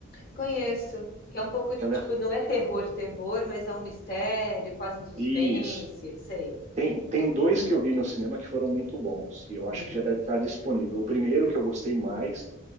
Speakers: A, on the left; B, on the right.
A: Conheço, que é um pouco, tipo,
B: Aquela
A: não é terror, terror, mas é um mistério, quase um suspense,
B: Isso.
A: sei.
B: Tem, tem dois que eu vi no cinema que foram muito bons, e eu
A: Hum.
B: acho que já deve estar disponível. O primeiro que eu gostei mais